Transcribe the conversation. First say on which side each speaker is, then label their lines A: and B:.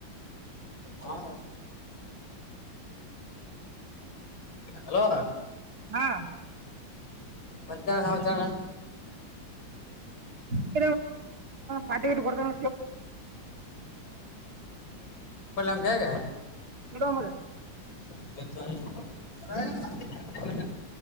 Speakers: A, on the left; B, on the right.
A: ಹ ಹಲೋ
B: ಹಾ
A: ಮಧ್ಯಾಹ್ನ ಹೌದಣ
B: ತ ಪಾರ್ಟಿಟಿ ಕೊತಬ
A: ಕೊಲ್ಲಮ್ಗೆೇಗ
B: ಕಡ ಮರ
A: <unintelligible>